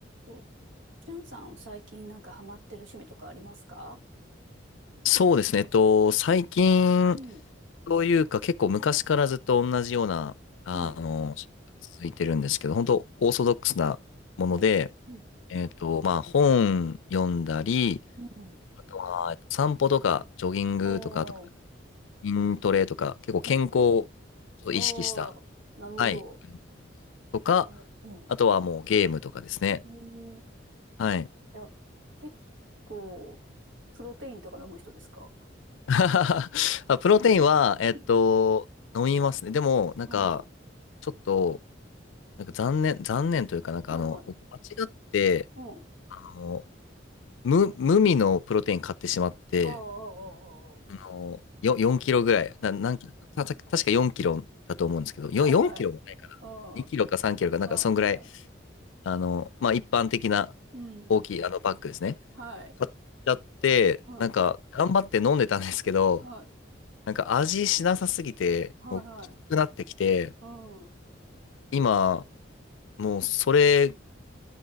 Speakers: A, on the right (about 75°); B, on the left (about 80°).
A: お、しゅんさんは最近なんかハマってる趣味とかありますか
B: そうですね。えっと、最近
A: うん。
B: というか結構昔からずっと同じような、ああの、
A: はい。
B: 続いてるんですけど、本当オーソドックスなもので、
A: はい。うん。
B: えっと、まあ本読んだり、
A: うん。
B: あとはえっと散歩とかジョギングとか、
A: ああ、
B: あと
A: は
B: 筋トレとか、結構健康を
A: いはい。ああ、
B: 意識した、
A: なるほど。
B: はい、とか、
A: おーう
B: あとはもうゲームとかですね。
A: ん。ええ
B: はい。
A: いや、結構、プロテインとか飲む人ですか
B: <laughs> あプロテインは、えっと、
A: うん。
B: 飲みますね。でも、なんか、
A: おー、
B: ちょっと、なんか残念、残念というか、なんかあの、
A: はいはい。
B: 僕間違って、
A: うん。
B: あの、無、無味のプロテイン買ってしまって、
A: ああ、ああ、あー
B: あの、よ、4キロぐらい、な、何キロ、た、た確か4キロだと思うんですけど、4、
A: あー、ああ。
B: 4キロもないかな。
A: はいはい。ああ、
B: 2キロか3キロか、
A: ああ、
B: なんかそんぐらい、
A: はい。
B: あの、まあ一般的な
A: うん。
B: 大きいあのバッグですね。
A: はい。
B: 買っちゃって、
A: うん。
B: なんか頑張って飲んでたんですけど、
A: はい。
B: なんか味しなさすぎて、
A: はいはい。
B: もうきつくなってきて、
A: うん。
B: 今、もうそれ